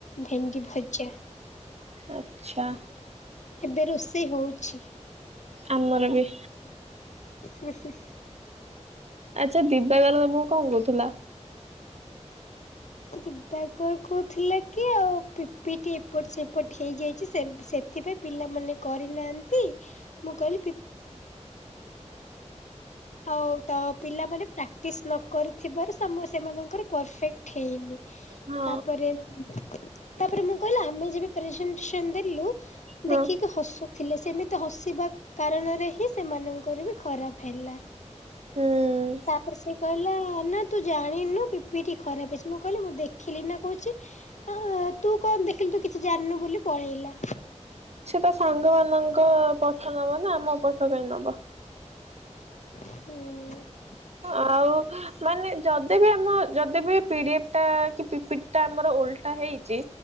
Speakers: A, on the left; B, on the right.
A: ଭେଣ୍ଡି ଭଜା।
B: ଆଚ୍ଛା।
A: ଏବେ ରୋଷେଇ ହଉଛି।
B: ଆମର ବି।
A: ହୁ, ହୁ,
B: ଆଛା ଦିବାଗର ତମକୁ କଣ କହୁଥିଲା?
A: ଦିବାକର କୋହୁଥିଲା କି ଆଉ ପିପିଟି ଏପଟ ସେପଟ ହେଇଯାଇଛି। ସେବ୍ ସେ ଏଥିପାଇଁ ପିଲାମାନେ କରିନାହାଁନ୍ତି। ମୁଁ କହିଲି ଆଉ ତ ପିଲାମାନେ ପ୍ରାକ୍ଟିସ ନ କରିଥିବାରୁ, ସେ-ସେମାନଙ୍କର ପରଫେକ୍ଟ ହେଇନି।
B: ହଁ
A: ତା'ପରେ, ତା'ପରେ ମୁଁ କହିଲି, ଆମେ ଯେବେ ପ୍ରେଜେଣ୍ଟସନ୍ ଦେଲୁ
B: ହଁ
A: ଦେଖିକି ହସୁଥିଲେ। ସେମିତି ହସିବା କାରଣରେ ହିଁ ସେମାନଙ୍କର ବି ଖରାପ ହେଲା।
B: ହୁଁ।
A: ତା'ପରେ ସେ କହିଲା ନା ତୁ ଜାଣିନୁ, ପି ପି ଟି ଖରାପ ହେଇଛି। ମୁଁ କହିଲି ମୁଁ ଦେଖିଲି ନା କହୁଛି। ଆଁ ତୁ କଣ ଦେଖିଲୁ ତୁ କିଛି ଜାଣନୁ ବୋଲି ପଳେଇଲା।
B: ସେ ତ ସାଙ୍ଗ ମାନଙ୍କ ପଖ ନବ ନା ଆମ ପକ୍ଷ କାହିଁ ନବ।
A: ହୁଁ।
B: ଆଉ। ମାନେ ଯଦି ବି ଆମ ଯଦି ବି ପିଡିଏଫ ଟା କି ପିପି ଟା ଆମର ଓଲଟା ହେଇଚି